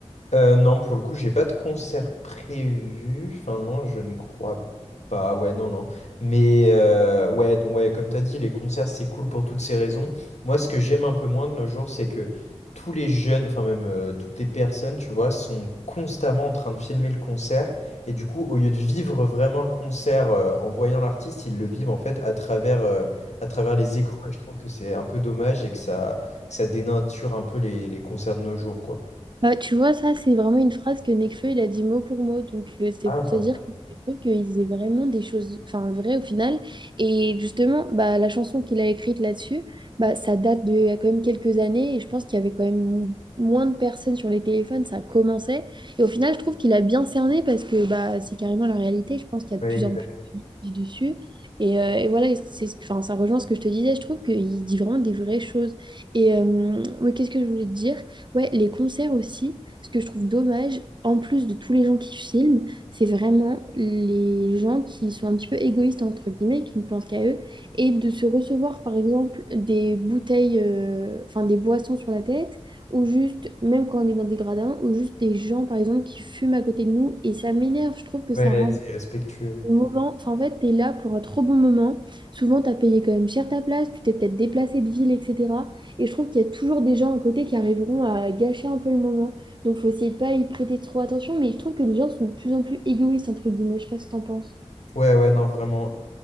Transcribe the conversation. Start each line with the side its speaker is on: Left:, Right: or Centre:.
Left: Euh, non, pour le coup, j'ai pas de concert prévu. Enfin, non, je ne crois pas. Ouais, non, non. Mais euh, ouais, donc ouais, comme t'as dit, les concerts, c'est cool pour toutes ces raisons. Moi, ce que j'aime un peu moins de nos jours, c'est que tous les jeunes, enfin même euh, toutes les personnes, tu vois, sont constamment en train de filmer le concert. Et du coup, au lieu de vivre vraiment le concert euh, en voyant l'artiste, ils le vivent en fait à travers, euh, à travers les écrans. Et je trouve que c'est un peu dommage et que ça, que ça dénature un peu les, les concerts de nos jours, quoi.
Right: Bah, tu vois, ça, c'est vraiment une phrase que Nekfeu, il a dit mot pour mot. Donc, euh, c'est
Left: Ah,
Right: pour
Left: bah,
Right: se dire que je trouve qu'ils aient vraiment des choses, enfin, vraies au final. Et justement, bah, la chanson qu'il a écrite là-dessus, bah, ça date de, il y a quand même quelques années. Et je pense qu'il y avait quand même mo- moins de personnes sur les téléphones. Ça commençait. Et au final, je trouve qu'il a bien cerné parce que bah, c'est carrément la réalité. Je pense qu'il y a
Left: Ouais,
Right: de plus
Left: exact.
Right: en plus dit dessus. Et, euh, et voilà, et c'est, enfin, ça rejoint ce que je te disais. Je trouve qu'il dit vraiment des vraies choses. Et euh, oui, qu'est-ce que je voulais te dire? Ouais, les concerts aussi, ce que je trouve dommage, en plus de tous les gens qui filment, c'est vraiment les gens qui sont un petit peu égoïstes, entre guillemets, qui ne pensent qu'à eux, et de se recevoir, par exemple, des bouteilles, euh, enfin des boissons sur la tête, ou juste, même quand on est dans des gradins, ou juste des gens, par exemple, qui fument à côté de nous, et ça m'énerve, je trouve que
Left: Ouais,
Right: ça rend
Left: c'est respectueux.
Right: au moment, enfin, en fait, tu es là pour un trop bon moment. Souvent, tu as payé quand même cher ta place, tu t'es peut-être déplacé de ville, etc. Et je trouve qu'il y a toujours des gens à côté qui arriveront à gâcher un peu le moment. Donc, faut essayer de pas y prêter trop attention. Mais je trouve que les gens sont de plus en plus égoïstes, entre guillemets. Je sais pas ce que t'en penses.
Left: Ouais, ouais, non, vraiment.